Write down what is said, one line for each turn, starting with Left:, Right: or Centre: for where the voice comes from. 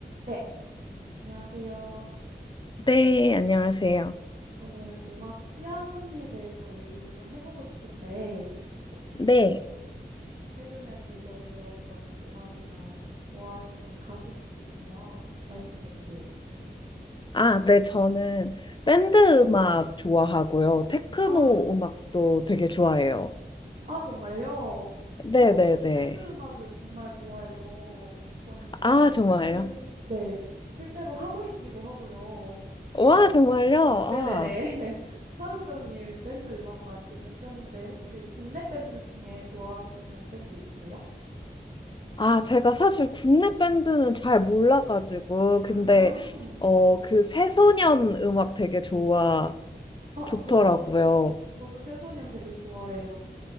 Right: 네, 안녕하세요.
Left: 네, 안녕하세요.
Right: 오늘 음악 취향에 대해서 얘기를 좀 해보고 싶은데, 혹시
Left: 네.
Right: 최근에 즐겨 들었던 음악이나 혹시 좋아하시는 가수 있으시면 말씀해 주세요.
Left: 아, 네, 저는 밴드 음악 좋아하고요. 테크노
Right: 아,
Left: 음악도 되게 좋아해요.
Right: 아, 정말요?
Left: 네,
Right: 어, 저도
Left: 네, 네.
Right: 밴드 음악을 정말 좋아해서, 저는 지금
Left: 아,
Right: 밴드를,
Left: 정말요?
Right: 네, 실제로 하고 있기도 하고요.
Left: 와, 정말요? 아.
Right: 네네네. <laughs> 하루 종일 밴드 음악만 듣는 편인데, 혹시 국내 밴드 중에 좋아하시는 밴드 있으세요?
Left: 아, 제가 사실 국내 밴드는 잘 몰라가지고, 근데,
Right: 아,
Left: 어, 그 새소년 음악 되게 좋아,
Right: 아,
Left: 좋더라고요.
Right: 저도, 저도 새소년 되게 좋아해요.